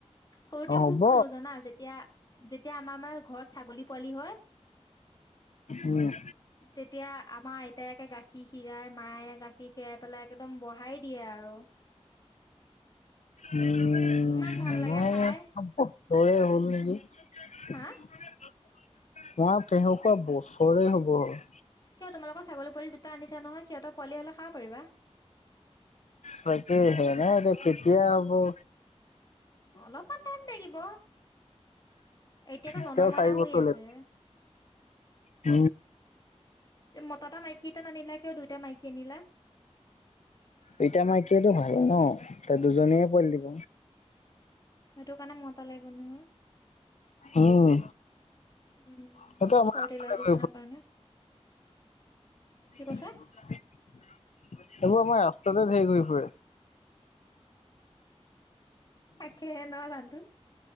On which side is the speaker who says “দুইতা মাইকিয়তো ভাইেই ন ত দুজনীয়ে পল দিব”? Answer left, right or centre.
Left